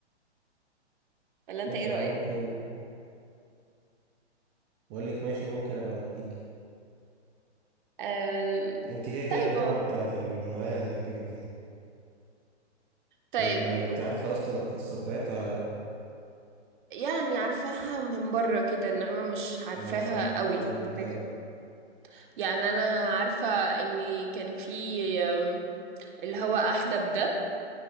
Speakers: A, on the right; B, on the right.
A: ولا انت
B: ماشي
A: ايه رأيك
B: أنا ممكن بقول لك ماشي ممكن أبقى أوديكي
A: أم...
B: أنت كده كده
A: طيب
B: الدراما
A: هو-
B: بتاعت الرواية هتعجبك يعني
A: طيب
B: إيه، أنت
A: و...
B: عارفة أصلا القصة بتاعتها ولا
A: يعني عارفاها من بره كده انما مش عارفاها
B: لأ؟ إيه، عارفة
A: قوي
B: عنها
A: فاهم
B: إيه طيب؟
A: حاجة يعني انا عارفة ان كان في أم، اللي هو احدب ده